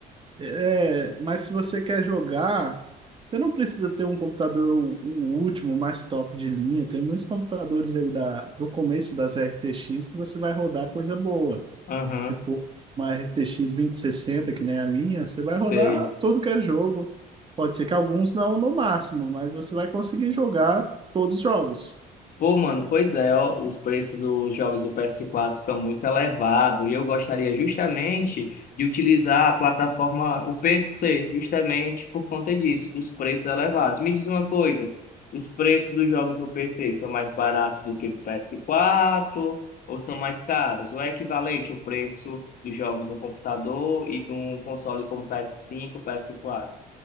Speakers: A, on the right; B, on the left.
A: É, mas se você quer jogar, você não precisa ter um computador o, o último, mais top de linha. Tem muitos computadores aí da, do começo das RTX que você vai rodar coisa boa.
B: Aham.
A: Tipo, uma RTX sessenta que nem a minha, você vai
B: Sei.
A: rodar todo que é jogo. Pode ser que alguns não no máximo, mas você vai conseguir jogar todos os jogos.
B: Pô, mano, pois é, ó, os preços dos jogos do PS4 estão muito elevados e eu gostaria justamente de utilizar a plataforma, o PC, justamente por conta disso, os preços elevados. Me diz uma coisa, os preços dos jogos no PC são mais baratos do que do PS4 ou são mais caros? Ou é equivalente o preço dos jogos no computador e de um console como PS5, PS4?